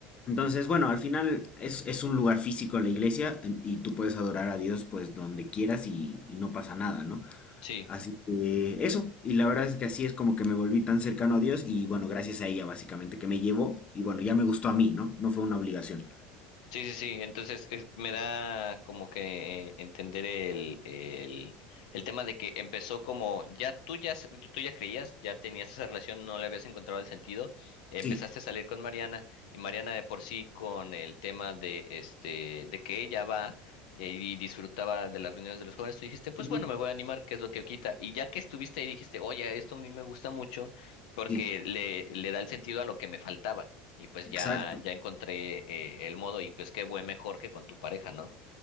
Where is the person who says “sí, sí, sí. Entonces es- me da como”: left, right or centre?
Left